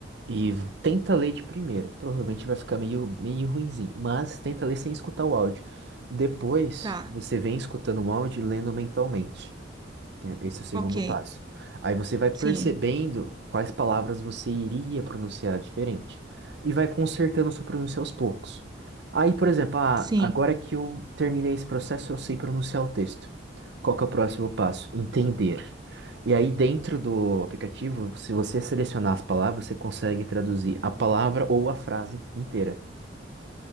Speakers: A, on the right (about 65°); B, on the right (about 20°).
A: e v- tenta ler de primeira. Provavelmente vai ficar meio, meio ruinzinho, mas tenta ler sem escutar o áudio. Depois,
B: tá,
A: você vem escutando o áudio e lendo mentalmente. Tem- Esse é o segundo
B: ok.
A: passo. Aí você vai percebendo
B: Sim,
A: quais palavras você iria pronunciar diferente e vai consertando sua pronúncia aos poucos. Aí, por exemplo, ah,
B: sim.
A: agora que eu terminei esse processo, eu sei pronunciar o texto. Qual que é o próximo passo? Entender. E aí, dentro do aplicativo, se você selecionar as palavras, você consegue traduzir a palavra ou a frase inteira.